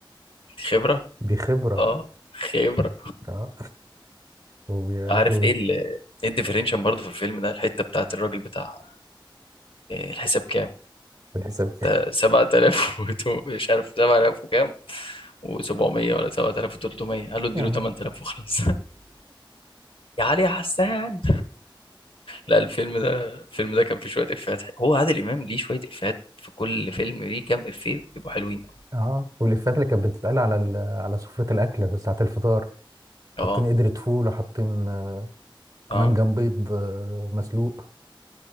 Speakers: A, on the left; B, on the right.
A: خبرة
B: دي خبرة
A: اه خبرة
B: اه وبيكتب
A: عارف ايه ال ايه الديفرنشن برضه في الفيلم ده الحتة بتاعت الراجل بتاع إيه الحساب كام
B: في الحساب كده
A: ده 7000 وتو- <laughs> مش عارف 7000 وكام و700 ولا 7300 قال له اديله
B: اه
A: 8000 وخلاص <laughs> يا علي يا حسان لا الفيلم ده الفيلم ده كان فيه شوية إفيهات حلوة. هو عادل إمام ليه شوية إفيهات في كل فيلم ليه كام إفيه بيبقوا حلوين
B: اه والإفيهات اللي كانت بتتقال على ال- على سفرة الأكل في ساعة الفطار حاطين
A: اه
B: قدرة فول وحاطين آه،
A: اه
B: منجم بيض آه، مسلوق